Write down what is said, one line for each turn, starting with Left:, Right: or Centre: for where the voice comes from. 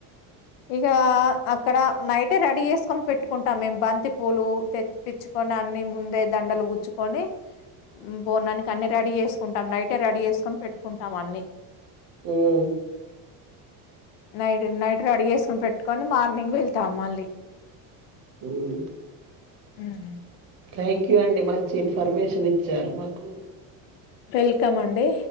Left: ఇగా అక్కడ నైటే రెడీ చేస్కొని పెట్టుకుంటాం మేమ్ బంతి పూలు తెచ్ తెచ్చుకొన్. కొనన్ని ముందే దండలు గుచ్చుకొని. బోనానికి అన్ని రెడీ చేస్కుంటాం నైటే రెడీ చేస్కోని పెట్టుకుంటాం అన్ని.
Right: ఉమ్మ్
Left: నైట్ నైట్ రెడీ చేస్కొని పెట్టుకొని మార్నింగ్ వెళ్తాం మళ్ళీ.
Right: హ్మ్
Left: హ్మ్
Right: థ్యాంక్ యూ అండి మంచి ఇన్ఫర్మేషన్ ఇచ్చారు మాకు.
Left: వెల్కమ్ అండి.